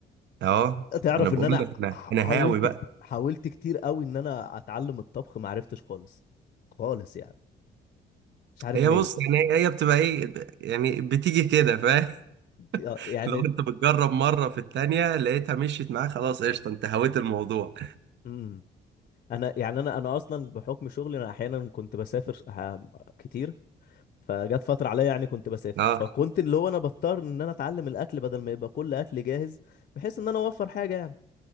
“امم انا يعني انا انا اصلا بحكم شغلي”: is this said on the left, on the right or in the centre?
Left